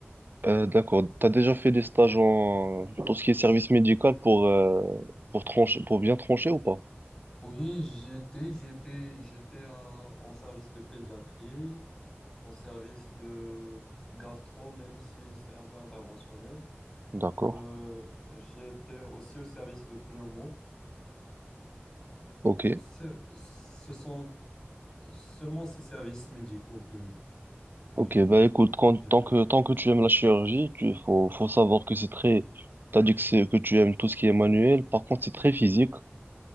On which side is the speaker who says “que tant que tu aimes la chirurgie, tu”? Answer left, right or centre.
Right